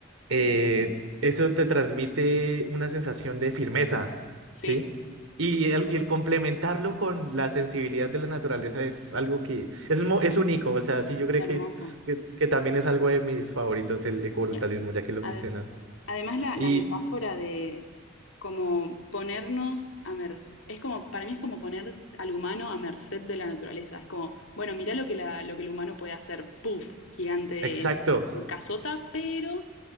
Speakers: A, on the left (about 70°); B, on the right (about 85°).
A: sí,
B: Eh,
A: sí,
B: eso te transmite una sensación de firmeza,
A: sí,
B: ¿sí? Y
A: sí,
B: el, y el complementarlo con la sensibilidad de la naturaleza es algo que es, mo- es único, o sea, sí, yo creo
A: hermoso.
B: que, que, que también es algo de mis favoritos, el ecobrutalismo,
A: Ya,
B: ya que lo
A: ade-
B: mencionas.
A: Además, la,
B: Y
A: la metáfora de como ponernos a merced, es como, para mí es como poner al humano a merced de la naturaleza. Es como, bueno, mirá lo que, la, lo que el humano puede hacer, puff, gigante,
B: exacto.
A: edificio, casota, pero